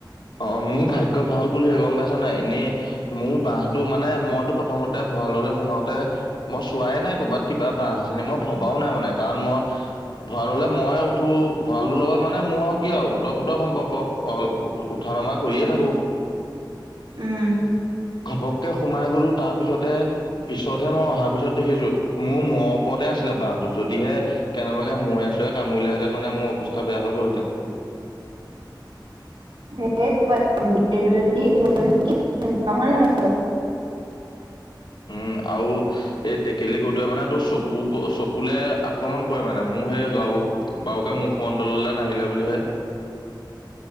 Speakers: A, on the left; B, on the right.
A: অ', মোৰ ভাগ্য ভাল বুলিহে গম পাইছ নাই। এনেই মোৰ বাহঁটো মানে মইতো প্ৰথমতে ভঁৰাললৈ সোমাওঁতে মই চোৱাই নাই ক'ৰবাত কিবা বাহঁ আছে নে। মই ভৱাও নাই মানে কাৰণ মই ভঁৰাললে মই উঠো। ভঁৰালটোৰ লগত মানে মোৰ আৰু কি আৰু উত্তৰ পোতৰ সম্পৰ্ক। উঠা নমা কৰিয়ে
B: উম
A: থাকো।
B: উম
A: ঘপককে সোমাই গলো তাৰপিছতে পিছতহে মই অহাৰ পিছত দেখিছো, মোৰ মূৰ ওপৰতে আছি ছিলে বাহঁটো। যদিহে কেনেবাকে মূৰে চোৰে কামুৰিলে হেতেন মোৰ অৱস্থা বেয়া হৈ গলহেতেন।
B: <unintelligible>
A: উম আও এই টেকেলি কদোৱে মানে টো চকু চকুলে আক্ৰমণ কৰে মানে। মোৰ সেই গা বাৰুকে মুখমণ্ডললৈ নাহিলে বুলিহে।